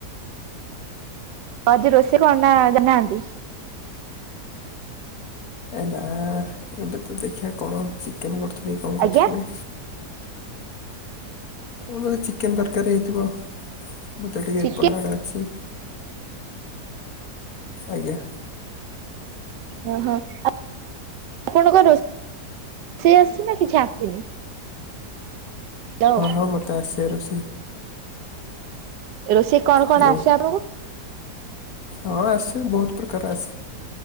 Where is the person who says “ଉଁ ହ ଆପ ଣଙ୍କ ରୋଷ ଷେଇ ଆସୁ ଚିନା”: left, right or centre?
Right